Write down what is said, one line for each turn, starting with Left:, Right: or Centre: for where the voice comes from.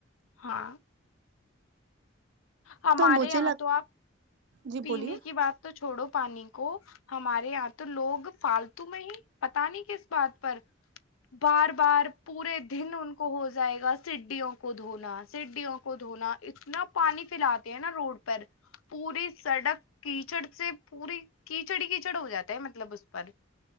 Left: ہاں ہمارے
Right: تو مجھے
Left: یہاں
Right: لگ
Left: تو آپ
Right: جی
Left: پینے
Right: بولیے
Left: کی بات تو چھوڑو پانی کو ہمارے یہاں تو لوگ فالتو میں ہی پتا نہیں کس بات پر بار بار پورے دن ان کو ہو جائے گا سڈیوں کو دھونا سڈیوں کو دھونا اتنا پانی پھیلاتے ہیں نا روڈ پر پوری سڑک کیچڑ سے پوری کیچڑ کیچڑ ہو جاتا ہے مطلب اس پر